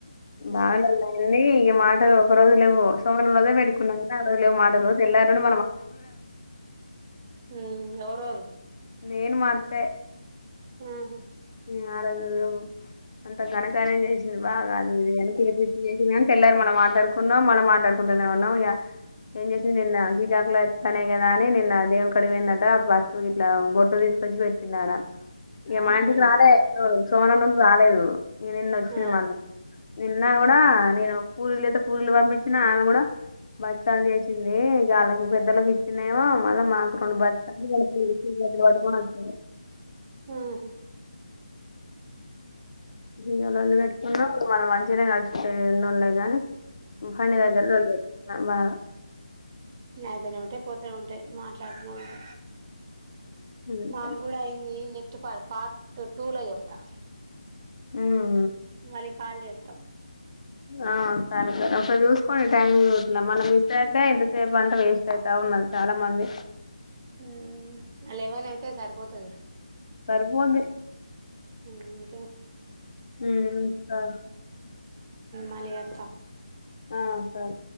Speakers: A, on the right; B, on the left.
A: హ్మ్
B: బాగా లొల్లి అయింది ఇగ. మాటలు ఒకరోజు లేవు సోమవారం రోజే పెట్టుకున్నాం ఇంకా ఆ రోజు లేవు మాటలు ఆరోజు తెల్లరినే.
A: ఉహ్మ్ ఎవరెవరు.
B: నేను మా అత్తే.
A: హ్మ్మ్ ఉహూ.
B: ఇగ ఆరోజు. అంత ఘనకార్యం చేసింది బాగా అది ఇది అని ఇగ తిట్టి చేసినంది గాను ఇగ తెల్లరి మల మాట్లాడుకున్నాము మల మాట్లాడుకునం ఇంట్లోనే ఉన్నాం ఇగ. ఏం చేసింది నిన్న శ్రీకాకుళస్తున్నాయి కదా అని నిన్న దేవుని కడి పోయిందట పసుపు గిట్ల బొట్ తీస్. బొట్టు పెట్టింది ఆడ. ఇగ మా
A: హ్మ్
B: ఇంటికి రాలే చినోడు సోమవారం నాడు రాలేదు ఉమ్ ఇగ నిన్న ఒచ్చిండు
A: ఆ
B: మల్ల. నిన్న కూడా నేను పూరీలు చేతే పూరీలు పంపించినా ఆమె కూడా. బచ్చలు చేసింది ఇగ వాళ్ళకి పెద్దలకు ఇచ్చిందేమో. మళ్ళా మాకు రెండు బచ్చలు <inaudible> వచ్చింది.
A: ఆహా
B: ఇగ లోల్లి పెట్టుకున్నాము మన మంచిగానే కలిసిపోయినుండే కాని. పని
A: హ్మ్
B: దగ్గర లోల్లి పెట్టుకున్నాము బాగా.
A: ఇగ అయితనే ఉంటాయి పోతనే ఉంటాయి. మాట్లాడుతున్నా ఇగ
B: అంతే
A: మాకు కూడా అయింది neck. Two per part two లో చెప్తా.
B: ఉహ్మ్.
A: మల్లీ కాల్ చేతం.
B: ఆహ్ సరే సరే ఒకసారి చూసుకోండి టైం ఇట్ల మనం మిస్ అయితే ఇంతసేపు అంతా వేస్ట్ అవుతాది. న్నది చాలా మంది
A: ఉమ్ లెవెన్ అయితే సరిపోతదిగ.
B: సరిపోయింది
A: ఉమ్ ఇంకేం
B: ఉమ్ సరే
A: మళ్ళీ చేత్తా
B: ఆ సరే